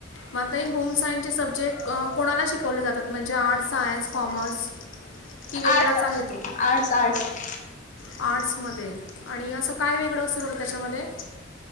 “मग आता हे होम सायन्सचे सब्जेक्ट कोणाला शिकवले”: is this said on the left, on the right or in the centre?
Left